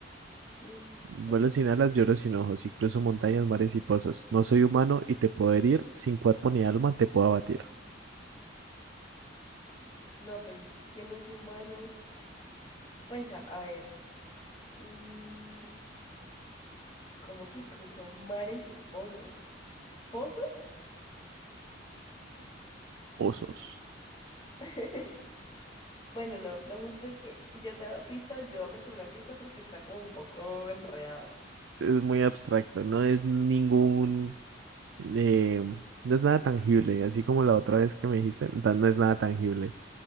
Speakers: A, on the left; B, on the right.
A: Mm,
B: Vuelo
A: pues
B: sin alas, lloro sin ojos, y cruzo montañas, mares y pozos. No soy humano y te puedo herir. Sin cuerpo ni alma te puedo abatir.
A: no, pues es que ¿quién no es humano? Pues a, a ver, mm, es como que cruzó mares y pozos. ¿Pozos?
B: Pozos.
A: <laughs> Bueno, no, lo justo es que yo te he dado pista, ayúdame con una pista porque está como un poco enredado.
B: Es muy abstracto, no es ningún... eh, no es nada tangible, así como la otra vez que me dijiste, no no es nada tangible.